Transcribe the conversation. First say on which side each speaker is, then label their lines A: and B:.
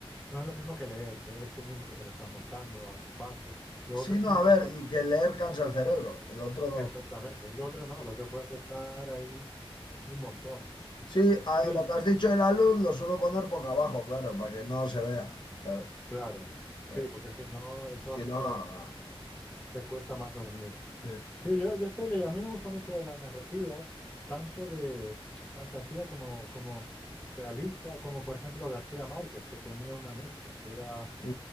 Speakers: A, on the left; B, on the left.
A: no es lo mismo que leer, que eres tú mismo que te lo estás montando a tu paso. Lo otro
B: Sí, no,
A: es una
B: a ver,
A: cosa,
B: y que leer cansa el cerebro, el otro no.
A: exactamente. Lo otro no, lo otro puedes estar ahí un montón.
B: Sí, a
A: Sí,
B: ver, lo que has dicho de la luz lo suelo poner boca abajo, claro, para que no se vea. Claro,
A: claro. Sí,
B: claro.
A: porque si no, eso
B: Si
A: hace
B: no,
A: que
B: no,
A: te cuesta más dormir.
B: no.
A: Sí, yo, yo estoy leyendo. A mí me gusta mucho la narrativa, tanto de fantasía como, como realista, como por ejemplo García Márquez, que tenía una mezcla, que era,
B: Sí.